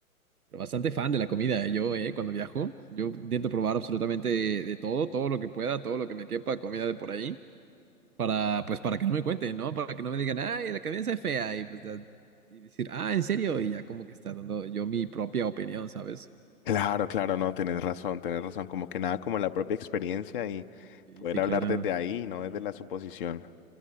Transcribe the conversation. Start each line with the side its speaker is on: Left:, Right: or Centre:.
Right: pero bastante fan de la comida, ¿eh? Yo, eh, cuando viajo, yo intento probar absolutamente de, de todo, todo lo que pueda, todo lo que me quepa, comida de por ahí, para, pues, para que no me cuenten, ¿no? Para que no me digan, ay, la comida está fea, y pues ya- y decir, ah, ¿en serio? Y ya como que está dando yo mi propia opinión, ¿sabes?
Left: Claro, claro, no, tenés razón, tenés razón, como que nada como la propia experiencia y
Right: Sí,
Left: poder
Right: sí,
Left: hablar
Right: claro.
Left: desde ahí, no desde la suposición.